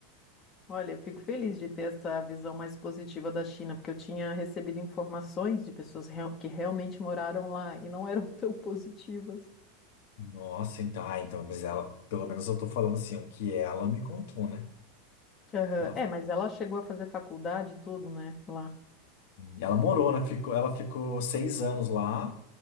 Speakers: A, on the left; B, on the left.
A: Olha, eu fico feliz de ter essa visão mais positiva da China, porque eu tinha recebido informações de pessoas real- que realmente moraram lá e não eram <laughs> tão positivas.
B: Nossa, então, ah, então, mas ela, pelo menos eu tô falando assim, o que ela me contou, né?
A: Aham.
B: Ela,
A: É, mas ela chegou a fazer faculdade e tudo, né? Lá.
B: ela morou, né? Ficou, ela ficou seis anos lá,